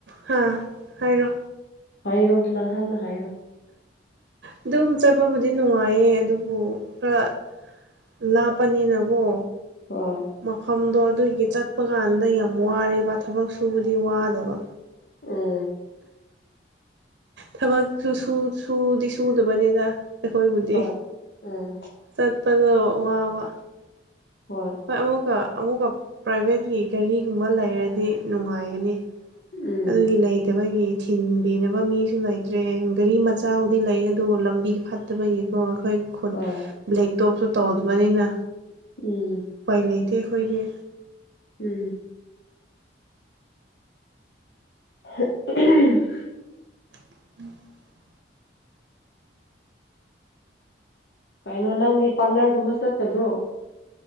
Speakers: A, on the right (about 70°); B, on the left (about 65°).
A: ꯍꯥ ꯍꯥꯏꯔꯣ
B: ꯍꯥꯏꯔꯣ ꯅꯪꯍꯥꯟꯅ ꯍꯥꯏꯔꯣ
A: ꯑꯗꯨꯝ ꯆꯠꯄꯕꯨꯗꯤ ꯅꯨꯡꯉꯥꯏꯌꯦ ꯑꯗꯨꯕꯨ ꯈꯔ ꯂꯥꯞꯄꯅꯤꯅꯀꯣ
B: ꯍꯣꯏ
A: ꯃꯐꯝꯗꯣ ꯑꯗꯨꯒꯤ ꯆꯠꯄ ꯀꯥꯟꯗ ꯌꯥꯝ ꯋꯥꯔꯦꯕ ꯊꯕꯛ ꯁꯨꯕꯗꯤ ꯋꯥꯗꯕ
B: ꯎꯝ
A: ꯊꯕꯛ ꯁꯨꯨꯁꯨ ꯁꯨꯗꯤ ꯁꯨꯗꯕꯅꯤꯅ ꯑꯩꯈꯣꯏꯕꯨꯗꯤ
B: ꯍꯣꯏ ꯎꯝ
A: ꯆꯠꯄꯗꯣ ꯋꯥꯕ
B: ꯍꯣꯏ
A: ꯍꯣꯏ ꯑꯃꯨꯛꯀ ꯑꯃꯨꯛꯀ ꯄ꯭ꯔꯥꯏꯚꯦꯠꯀꯤ ꯒꯥꯔꯤꯒꯨꯝꯕ ꯂꯩꯔꯗꯤ ꯅꯨꯡꯉꯥꯏꯒꯅꯤ
B: ꯎꯝ
A: ꯑꯗꯨꯒꯤ ꯂꯩꯇꯕꯒꯤ ꯊꯤꯟꯕꯤꯅꯕ ꯃꯤꯁꯨ ꯂꯩꯇ꯭ꯔꯦ ꯒꯥꯔꯤ ꯃꯆꯥꯕꯨꯗꯤ ꯂꯩ ꯑꯗꯨ ꯂꯝꯕꯤ ꯐꯠꯇꯕꯒꯤꯀꯣ ꯑꯩꯈꯣꯏ ꯈꯨꯟ
B: ꯍꯣꯏ
A: ꯕ꯭ꯂꯦꯛꯇꯣꯞꯁꯨ ꯇꯧꯗꯕꯅꯤꯅ
B: ꯎꯝ
A: ꯎꯄꯥꯏ ꯂꯩꯇꯦ ꯑꯩꯈꯣꯏꯗꯤ
B: ꯎꯝ <inaudible>
A: <inaudible>
B: ꯀꯩꯅꯣ ꯅꯪꯗꯤ ꯄꯥꯔꯂꯔꯒꯨꯝꯕ ꯆꯠꯇꯕ꯭ꯔꯣ